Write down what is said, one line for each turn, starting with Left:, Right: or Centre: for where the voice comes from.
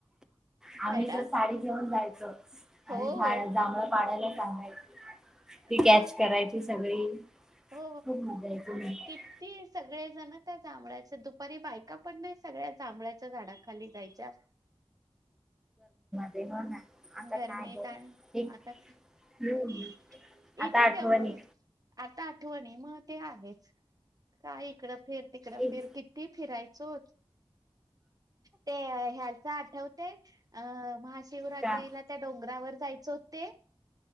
Centre: आम्ही
Right: आहे ना
Centre: तर साडी घेऊन जायचो स अर
Right: हो.
Centre: भाड जांभळ पाडायला <unintelligible> ती
Right: मग
Centre: कॅच करायची सगळी
Right: हो
Centre: खूप मजा यायची
Right: किती सगळेजण त्या जांभ्याच्या दुपारी बायका पण नाही सगळ्या जांभळच्या झाडा खाली जायच्या
Centre: ते म ना आता
Right: गरमी
Centre: काय
Right: येत
Centre: ग
Right: आणि
Centre: एक
Right: आता काय
Centre: हम्म आता
Right: इथे
Centre: आठवणी
Right: तेवढं आहे आता आठवणी मग ते आहेच काय इकडं फिर तिकड
Centre: एक
Right: फिर किती फिरायचो ते ह्याच आठवते अ महाशिव रात्रीला
Centre: का
Right: त्या डोंगरावर जायचं ते?